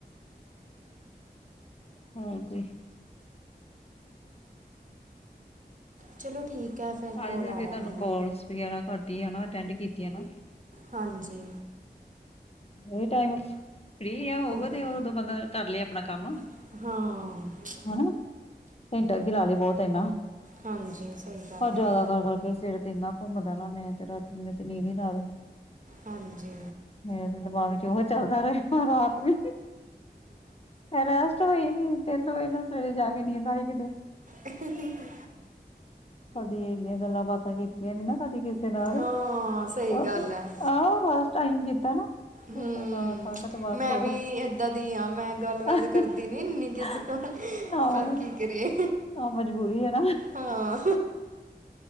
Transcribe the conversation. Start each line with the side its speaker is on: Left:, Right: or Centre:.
Left: ਹੋਰ ਕੋਈ?
Right: ਚਲੋ, ਠੀਕ ਹੈ ਫਿਰ ਕੋਲ
Left: ਅੱਜ, ਤੁਹਾਨੂੰ
Right: ਆ ਰਿਹਾ ਮੈਨੂੰ
Left: ਕੋਲਸ ਵਗੈਰਾ ਘੱਟ ਹੀ ਹਨਾ, ਅਟੈੰਡ ਕੀਤੀ ਐ ਨਾ?
Right: ਹਾਂਜੀ।
Left: ਇਹ ਟਾਈਮ ਫਰੀ ਆ, ਹੋਵੋ
Right: ਹੋ ਗਈ
Left: ਤੇ ਉਦੋਂ ਬੰਦਾ ਕਰ ਲਏ ਆਪਣਾ ਕੰਮ।
Right: ਹਾਂ।
Left: ਹੋਰ ਘੰਟਾ, ਕੀ ਲਾ ਲਏ ਬਹੁਤ ਐ ਇੰਨਾ,
Right: ਹਾਂਜੀ ਸਹੀ ਗੱਲ
Left: ਪਰ ਜਿਆਦਾ
Right: ਹੈ
Left: ਕਰ ਕਰਕੇ ਸਿਰ ਤੇ, ਇੰਨਾ ਘੁੰਮਦਾ ਨਾ ਮੈਂ ਤੇ ਰਾਤ ਮੈਨੂੰ ਤੇ ਨੀਂਦ ਹੀ ਨਾ ਆਵੇ।
Right: ਹਾਂਜੀ।
Left: ਮੇਰੇ ਤੇ ਦਿਮਾਗ ਚ, ਉਹ ਚੱਲਦਾ ਰਿਹਾ ਰਾਤ ਵੀ ਰੈਸਟ ਹੋਈ ਨੀ, ਤਿੰਨ ਵਜ਼ੇ ਸਵੇਰੇ ਜਾ ਕੇ ਨੀਂਦ ਆਈ ਕਿੱਧਰੇ
Right: ਹਾ -ਹਾ, ਹਾ
Left: ਕਦੇ ਇੰਨੀਆਂ ਗੱਲਾਂ- ਬਾਤਾਂ ਕੀਤੀਆਂ ਨੀ ਨਾ, ਕਦੀ ਕਿਸ ਨਾਲ,
Right: ਹਾਂ ਸਹੀ
Left: ਆਹ
Right: ਗੱਲ ਹੈ
Left: ਫਸਟ ਟਾਈਮ ਕੀਤਾ ਨਾ।
Right: ਹੂੰ
Left: ਰਾਤ ਆ ਕੇ ਤੇ ਬਸ,
Right: ਮੈਂ ਵੀ ਏਦਾਂ ਦੀ ਆ ਮੈਂ ਗੱਲ ਵੈਸੇ
Left: <unintelligible>
Right: ਕਰਦੀ ਨੀ ਇੰਨੀ ਕਿਸੇ ਨਾਲ
Left: ਆਵਾਂਗੀ
Right: ਪਰ ਕੀ ਕਰੀਏ
Left: ਮਜਬੂਰੀ ਹੈ ਨਾ
Right: ਹਾਂ